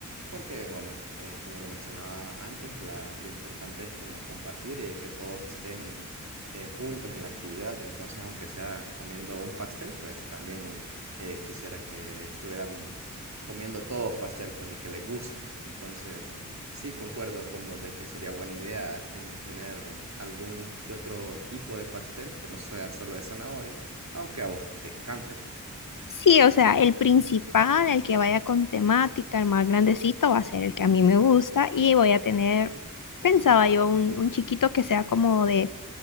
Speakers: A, on the right; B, on the left.
A: porque, bueno, eh, como lo mencionaba antes, la, lo importante es como compartir y de que todos estén eh, juntos en la actividad, entonces aunque sea comiendo un pastel, pues también eh, quisiera que estuvieran comiendo todos pastel, pues y que les guste, entonces... Sí, concuerdo con vos de que sería buena idea eh, tener algún que otro tipo de pastel que no sea solo de zanahoria, aunque a vos te encante, pues.
B: Sí, o sea, el principal, el que vaya con temática, el más grandecito, va a ser el que a mí me gusta y voy a tener, pensaba yo, un, un chiquito que sea como de